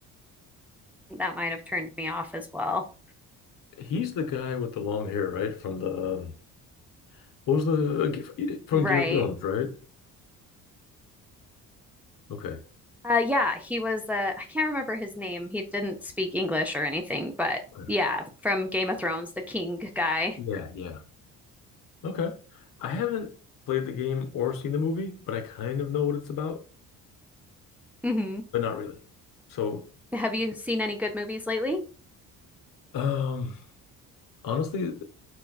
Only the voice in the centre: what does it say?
that might have turned me off as well.
Right.
Uh, yeah, he was, uh, I can't remember his name. He didn't speak English or anything, but
yeah, from Game of Thrones, the king guy.
hmm
Have you seen any good movies lately?